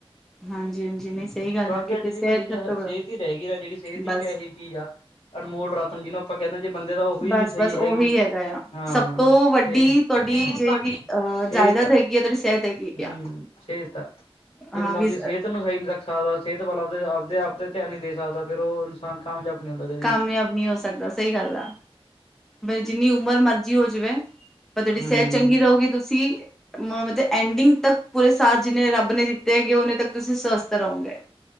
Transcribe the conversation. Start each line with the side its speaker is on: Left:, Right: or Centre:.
Centre: ਹਾਂਜੀ-ਹਾਂਜੀ ਨਹੀਂ ਸਹੀ ਗੱਲ
Left: ਬਾਕੀ
Centre: ਹੈ ਕਿਉਂਕਿ
Left: ਅੱਜ ਦੀ
Centre: ਸਿਹਤ
Left: ਘੜੀ 'ਚ
Centre: ਸਭ ਤੋਂ
Left: ਸਿਹਤ ਹੀ ਰਹਿ ਗਈ ਨਾ ਜਿਹੜੀ ਸਿਹਤ
Centre: ਬਸ
Left: ਇੱਕ ਇਹੋਹੀ ਚੀਜ਼ ਆ ਅਨਮੋਲ ਰਤਨ ਜਿਹਨੂੰ ਆਪਾਂ ਕਹਿੰਦੇ ਜੇ ਬੰਦੇ ਦਾ ਓ ਉਹੀ
Centre: ਬਸ-ਬਸ
Left: ਨਹੀਂ ਸਹੀ ਹੈਗੀ
Centre: ਉਹੀ ਹੈਗਾ ਆ
Left: ਹਾਂ
Centre: ਸਭ ਤੋਂ ਵੱਡੀ
Left: ਤੇ
Centre: ਤੁਹਾਡੀ
Left: ਡੀ
Centre: ਜਿਹੜੀ
Left: ਤੁਹਾਡੀ
Centre: ਅਹ
Left: ਸਿਹਤ
Centre: ਜਾਇਦਾਦ
Left: -
Centre: ਹੈਗੀ ਆ ਤੁਹਾਡੀ ਸਿਹਤ ਹੈਗੀ
Left: ਹੂੰ,
Centre: ਆ
Left: ਸਿਹਤ ਆ ਜੇ
Centre: ਹਾਂ
Left: ਬੰਦਾ
Centre: ਵੀ
Left: ਉਹਦੀ ਸਿਹਤ ਸਿਹਤ ਨੂੰ ਸਹੀ ਨਹੀਂ ਰੱਖ ਸਕਦਾ ਸਿਹਤ ਵੱਲ ਆਪਦੇ-ਆਪਦੇ ਆਪ ਤੇ ਧਿਆਨ ਨਹੀਂ ਦੇ ਸਕਦਾ ਫਿਰ ਉਹ ਇਨਸਾਨ ਕਾਮਯਾਬ ਨੀ ਉਂਦਾ ਜੇ
Centre: ਕਾਮਯਾਬ ਨਹੀਂ ਹੋ ਸਕਦਾ ਸਹੀ ਗੱਲ ਆ ਜਿੰਨੀ ਉਮਰ ਮਰਜ਼ੀ ਹੋ ਜਾਵੇ ਪਰ ਤੁਹਾਡੀ
Left: ਹੂੰ
Centre: ਸਿਹਤ ਚੰਗੀ ਰਹੂਗੀ ਤੁਸੀਂ ਮਤਲਬ ਐਂਡਿੰਗ ਤੱਕ ਪੂਰੇ ਸਾਲ ਜਿੰਨੇ ਰੱਬ ਨੇ ਦਿੱਤੇ ਹੈਗੇ ਨੇ ਤੱਕ ਤੁਸੀਂ ਸਵਸਥ ਰਹੋਗੇ